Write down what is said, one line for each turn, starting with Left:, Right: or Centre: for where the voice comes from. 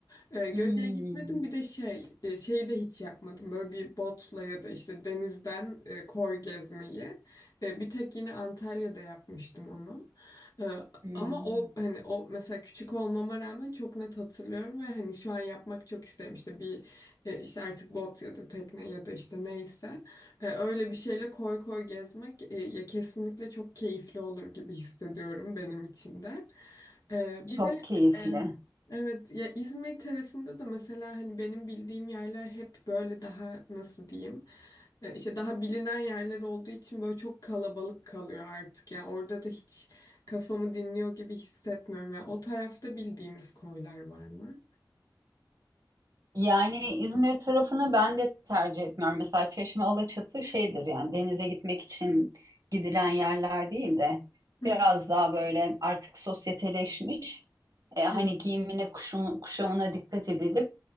Left: Ee, Göce'ye
Right: Hmm,
Left: gitmedim. Bir de şey, e, şeyi de hiç yapmadım. Böyle bir botla ya da işte denizden e, koy gezmeyi. E, bir tek yine Antalya'da yapmıştım onu. E,
Right: hmm,
Left: ama o hani o mesela küçük olmama rağmen çok net hatırlıyorum ve hani şu an yapmak çok isterim. İşte bir e, işte artık bot ya da tekne ya da işte neyse E, öyle bir şeyle koy koy gezmek e, ya kesinlikle çok keyifli olur gibi hissediyorum benim için de. E, bir
Right: çok
Left: de
Right: keyifli.
Left: e, evet ya İzmir tarafında da mesela hani benim bildiğim yerler hep böyle daha nasıl diyeyim e, işte daha bilinen yerler olduğu için böyle çok kalabalık kalıyor artık yani orada da hiç kafamı dinliyor gibi hissetmiyorum yani o tarafta bildiğimiz koylar var mı?
Right: Yani İzmir tarafını ben de tercih etmiyorum. Mesela Çeşme Alaçatı şeydir yani denize gitmek için gidilen yerler değil de
Left: Hı
Right: biraz daha böyle artık sosyeteleşmiş. E, hani
Left: hı.
Right: giyimine kuşam- kuşamına dikkat edilip